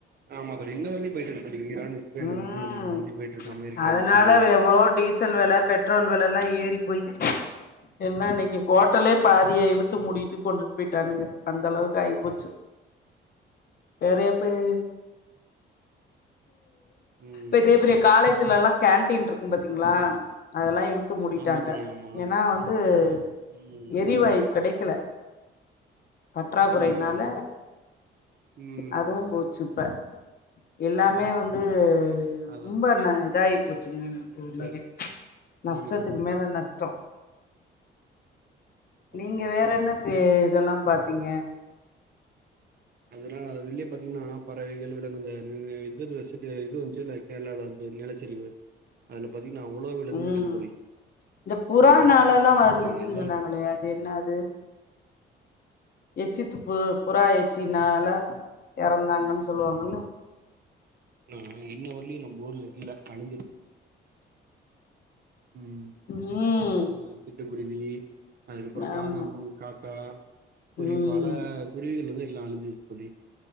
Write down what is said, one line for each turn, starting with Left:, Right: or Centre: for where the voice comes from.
Right: ஆமா தோழி இன்ன வரலயு போயிட்டு இருக்கு தோழி ஈரான் இஸ்ரேல்
Left: உம்
Right: வந்து இன்ன வரலயு போயிட்டு இருக்கு அமெரிக்கா
Left: அதனால
Right: இது பண்ணி
Left: எவ்ளோ டீசல் வெல பெட்ரோல் வெல எல்லா ஏறி போய் ஏன்னா இன்னைக்கு ஹோட்டலே பாதியா இழுத்து முடிட்டு கொண்டுட்டு போயிட்டானுங்க அந்த அளவுக்கு ஆகிப்போச்சு நெறய பேரு
Right: ம்
Left: பெரிய பெரிய காலேஜ்லல்லா கேண்டீன் இருக்கு பாத்தீங்களா அதெல்லா இழுத்து மூடிட்டாங்க
Right: ஆமா தோழி ஆமா
Left: ஏன்னா வந்து இது
Right: ம்
Left: எரிவாயு கெடைக்கல பற்றாக்குறைனால
Right: ஆமா தோழி ஆமா ம்
Left: அதுவும் போச்சு சப்ப எல்லாமே வந்து
Right: அதா
Left: ரொம்ப இதாயி போச்சுங்கப்ப
Right: ரொம்ப பே ம்
Left: நஷ்டத்துக்கு மேல நஷ்டோ
Right: அதா
Left: நீங்க
Right: தோழி
Left: வேற என்ன ரி இதெல்லா பாத்தீங்க
Right: அதனால அதுலயே பாத்தீங்கனா பறவை விளங்குத எர் ரசித்து இது வந்துச்சு இ கேரளாவ்ல வந்து நிலச்சரிவு அதுல பாத்தீங்கன்னா அவ்ளோ விலங்குகள்
Left: உம்
Right: தோழி
Left: இந்த புற நாள எல்லா வந்துச்சுன்னு
Right: விலங்குகள் எல்லாம்னா
Left: சொன்னாங்களே என்ன அது எச்சி துப்பு புறா எச்சினால இறந்தாங்கன்னு சொல்லுவாங்கல்ல
Right: ஆ இன்ன வரயு நம்ம ஊர்ல இல்ல அழுஞ்சது உம்
Left: ம்
Right: உ ச குருவி அதுக்கப்றோ
Left: ஆமா
Right: காகம் காக் ஆ குரு
Left: ம்
Right: பல குருவிகள் வந்து எல்லா அழுஞ்சுருச்சு தோழி